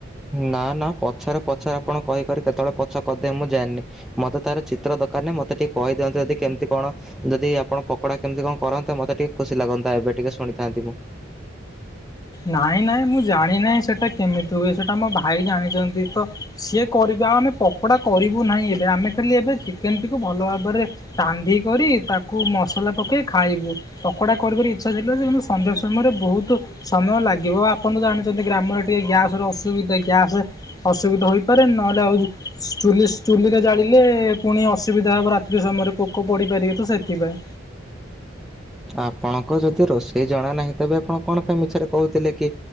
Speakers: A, in the centre; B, on the left.
A: ନା ନା ପଛରେ ପଛରେ ଆପଣ କହିକରି କେତେବେଳେ ପଛ କରିଦେବେ ମୁଁ ଜାଣନି। ମତେ ତାର ଚିତ୍ର ଦରକାର ନାହିଁ ମତେ ଟିକେ କହିଦିଅନ୍ତୁ ଯଦି କେମିତି କଣ ଯଦି ଆପଣ ପକୋଡା କେମିତି କଁ କରନ୍ତେ ମୋତେ ଟିକେ ଖୁସି ଲାଗନ୍ତା ଏବେ ଟିକେ ଶୁଣିଥାନ୍ତି ମୁଁ।
B: ନାଇଁ ନାଇଁ ମୁଁ ଜାଣି ନାହିଁ ସେଟା କେମିତି ହୁଏ ସେଟା ଆମ ଭାଇ ଜାଣିଛନ୍ତି। ତ ସିଏ କରିବା ଆମେ ପକୋଡା କରିବୁ ନାହିଁ ଏବେ, ଆମେ ଖାଲି ଏବେ ଚିକେନଟିକୁ ଭଲ ଭାବରେ ରାନ୍ଧି କରି ତାକୁ ମସଲା ପକେଇ ଖାଇବୁ ପକୋଡା କରିବୁ ଭାରି ଇଚ୍ଛା ଥିଲା ଯେ କିନ୍ତୁ ସନ୍ଧ୍ୟା ସମୟରେ ବହୁତୁ ସମୟ ଲାଗିବ ଆପଣ ତ ଜାଣିଚନ୍ତି ଗ୍ରାମରେ ଟିକେ ଗ୍ୟାସ ର ଅସୁବିଧା ଗ୍ୟାସ ଅସୁବିଧା ହୋଇପାରେ ନହେଲେ ଆଉ ଷ୍ଟୁଲିସ୍ ଚୁଲିରେ ଜାଳିଲେ ପୁଣି ଅସୁବିଧା ହେବ ରାତ୍ରୀ ସମୟରେ ପୋକ ପଡ଼ିପାରିବେ ତ ସେଥିପାଇଁ।
A: ଆପଣଙ୍କ ଯଦି ରୋଷେଇ ଜଣା ନାହିଁ ତେବେ ଆପଣ କଣ ପାଇଁ ମିଛରେ କହୁଥିଲେ କି